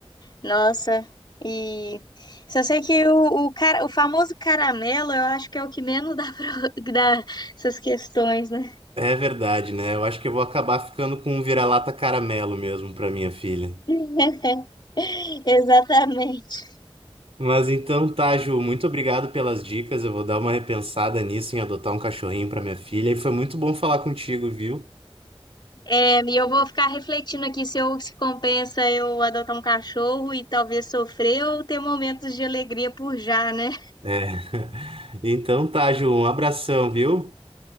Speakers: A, on the left; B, on the right.
A: Nossa, e só sei que o, o, cara, o famoso caramelo, eu acho que é o que menos dá para <laughs> dá essas questões, né?
B: É verdade, né? Eu acho que eu vou acabar ficando com um vira-lata caramelo mesmo para minha filha.
A: <laughs> Exatamente.
B: Mas então tá, Ju, muito obrigado pelas dicas. Eu vou dar uma repensada nisso em adotar um cachorrinho para minha filha. E foi muito bom falar contigo, viu?
A: É, e eu vou ficar refletindo aqui se eu se compensa eu adotar um cachorro e talvez sofrer ou ter momentos de alegria por já, né?
B: É. <laughs> Então tá, Ju, um abração, viu?